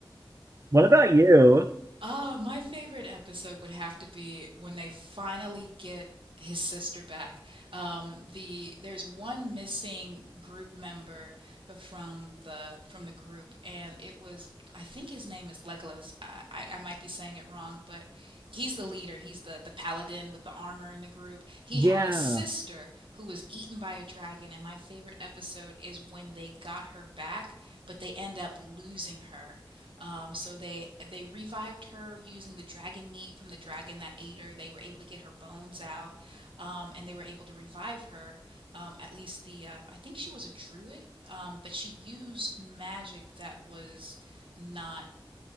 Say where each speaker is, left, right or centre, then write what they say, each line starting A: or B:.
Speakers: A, on the right (about 35°); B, on the right (about 80°).
A: What about you?
B: Ah, my favorite episode would have to be when they finally get his sister back. Um, the there's one missing group member from the from the group, and it was I think his name is Legolas. I, I, I might be saying it wrong, but he's the leader. He's the the paladin with the armor in the group. He
A: Yeah.
B: had a sister who was eaten by a dragon, and my favorite episode is when they got her back, but they end up losing her. Um, so they they revived her using the dragon meat from the dragon that ate her. They were able to get her bones out, um, and they were able to revive her. Um, at least the uh, I think she was a druid, um, but she used magic that was not